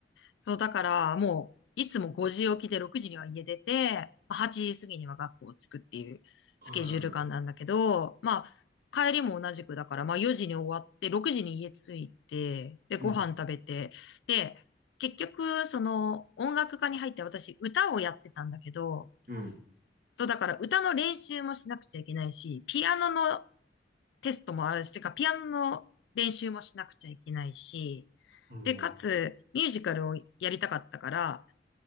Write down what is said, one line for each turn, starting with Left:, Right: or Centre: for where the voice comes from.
Left: そう、だから、もう、いつも5時起きで6時には家出て、8時過ぎには学校を着くっていうスケジュール感なんだけど、
Right: あららら。
Left: まあ、帰りも同じくだから、まあ4時に終わって、6時に家着いて、で、
Right: うん。
Left: ご飯食べて、で、結局、その、音楽科に入って私、歌をやってたんだけど、
Right: うん。
Left: と、だから歌の練習もしなくちゃいけないし、ピアノのテストもあるし、てか、ピアノの練習もしなくちゃいけないし、
Right: も
Left: で、かつ、ミュージカルをやりたかったから、